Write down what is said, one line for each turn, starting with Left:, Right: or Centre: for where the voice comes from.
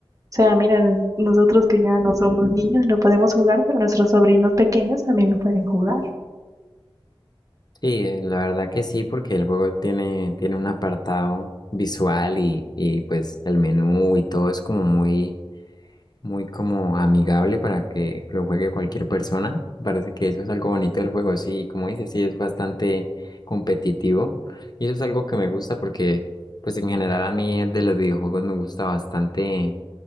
Right: O sea, mira, nosotros que ya no somos niños no podemos jugar, pero nuestros sobrinos pequeños también lo pueden jugar.
Left: Sí, eh, la verdad que sí, porque el juego tiene, tiene un apartado visual y, y pues el menú y todo es como muy, muy como amigable para que lo juegue cualquier persona. Parece que eso es algo bonito del juego, sí, como dices, sí, es bastante competitivo. Y eso es algo que me gusta porque, pues en general a mí de los videojuegos me gusta bastante